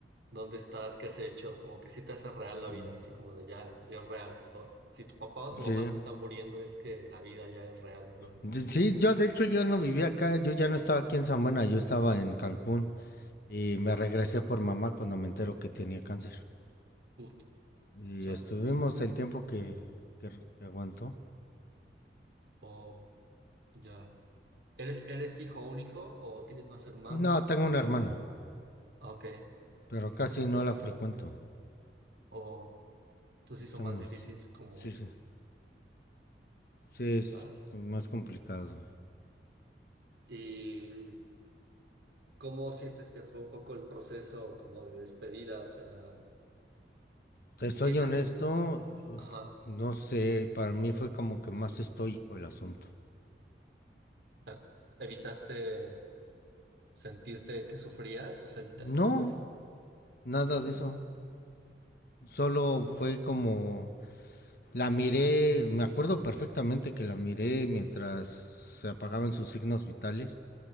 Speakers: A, on the right; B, on the left.
A: dónde estás, qué has hecho, como que sí te hace real la
B: Mm.
A: vida, así como de ya, ya es real, ¿no? Si tu papá o tu
B: Sí.
A: mamá se está muriendo, es que la vida ya es real, ¿no?
B: De- Sí, yo de hecho yo no vivía acá, yo ya no estaba aquí en San Buena, yo estaba en Cancún. Y me regresé por mamá cuando me entero que tenía cáncer.
A: Puta,
B: Y
A: chale.
B: estuvimos el tiempo que, que, que aguantó.
A: Oh, ya. ¿Eres, eres hijo único o tienes más hermanos?
B: No, tengo una hermana,
A: Ah, Ok,
B: pero casi
A: entonces,
B: no la frecuento.
A: o entonces
B: Estamos.
A: hizo más difícil, como
B: Sí, sí. Sí, es
A: quizás.
B: más complicado.
A: ¿Y cómo sientes que fue un poco el proceso como de despedida? O sea,
B: Te
A: ¿sientes,
B: soy honesto,
A: ajá,
B: no sé, para mí fue como que más estoico el asunto.
A: o sea, evitaste sentirte que sufrías? O sea, evitaste
B: No,
A: un poco.
B: nada de eso. Solo fue como la miré, me acuerdo perfectamente que la miré mientras se apagaban sus signos vitales